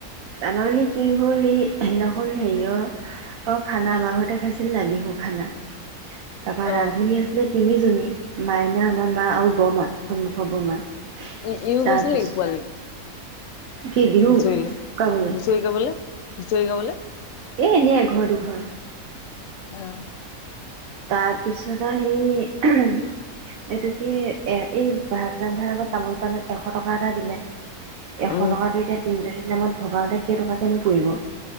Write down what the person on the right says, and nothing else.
আমাৰ মানে কি হ'ল এই সেইদিনাখন হেৰিয় আ খানা আমাৰ ঘৰতে খাইছিল না বিহু খানা তাৰপৰা
ৰান্ধনী আছিলে তিনিজনী মাইনা আমাৰ মা আৰু বৰমা সন্মুখৰ বৰমা
তাৰপিছত
কি বিহু
গাবলৈ
এ এনে এঘৰ দুঘৰ
তাৰপিছত সি এইটো কি এ এই ভাত ৰন্ধাৰ আগত তামোল পাণত এশ টকা এটা দিলে এশ
টকাতটো এতিয়া তিনিজনী এই নামত ভগাওঁতে কেইটকাকেনো পৰিব